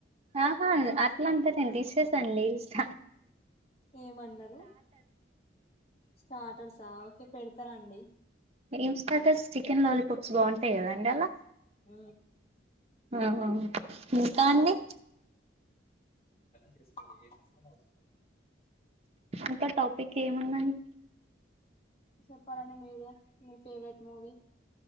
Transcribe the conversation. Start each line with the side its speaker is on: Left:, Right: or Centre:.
Right: ఆహా ఆత్మ అంటారే అంటి ఇచ్చేస్ అండి ఇష్ట
Left: ఏమన్నారు స్టార్టర్సా ఓకే పెడతారండి
Right: ఏంస్టార్ట చికెన్ లాలీపాప్స్ బాగుంటాయి్ కదాండి అలా
Left: అ
Right: ఆహా ఇంకా అండి
Left: తీసుకు ఏ చ అవసర
Right: అకా టాపిక్ ఏముందండి
Left: చెప్పాలడి మీరే మీ ఫేవరెట్ మూవీ